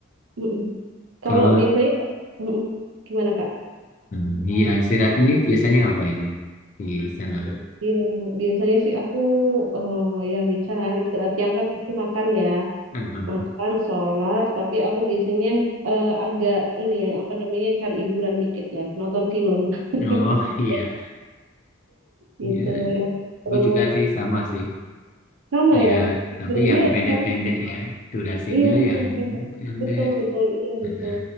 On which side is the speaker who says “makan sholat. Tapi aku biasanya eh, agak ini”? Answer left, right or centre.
Right